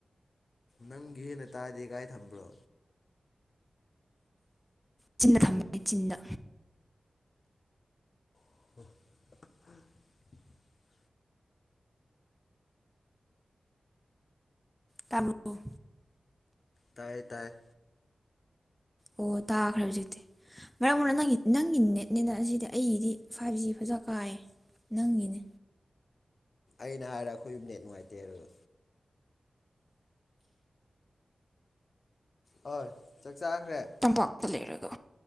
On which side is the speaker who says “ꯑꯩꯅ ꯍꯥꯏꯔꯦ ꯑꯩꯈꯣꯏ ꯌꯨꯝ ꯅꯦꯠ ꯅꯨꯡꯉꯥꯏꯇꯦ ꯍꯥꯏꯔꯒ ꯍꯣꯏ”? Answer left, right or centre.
Left